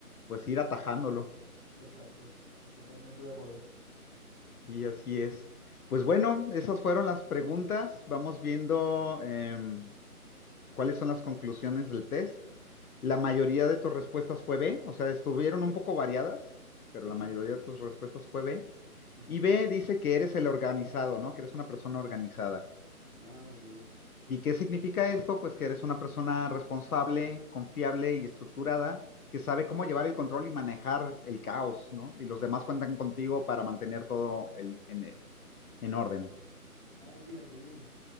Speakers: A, on the left; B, on the left.
A: pues ir atajándolo.
B: Exacto, totalmente de acuerdo.
A: Sí, así es. Pues bueno, esas fueron las preguntas. Vamos viendo em, cuáles son las conclusiones del test.
B: ¿Ya?
A: La mayoría de tus respuestas fue B, o sea, estuvieron
B: Ujú,
A: un poco variadas, pero
B: Sí.
A: la mayoría de tus respuestas fue B.
B: ujú.
A: Y B dice que eres el organizado, ¿no? Que eres una persona organizada.
B: Ah, ok.
A: ¿Y qué significa esto? Pues que eres una persona responsable, confiable y estructurada, que sabe
B: Ya.
A: cómo llevar el control y manejar el caos, ¿no? Y los demás cuentan contigo para mantener todo el- en en orden.
B: Ah, mira, qué bien.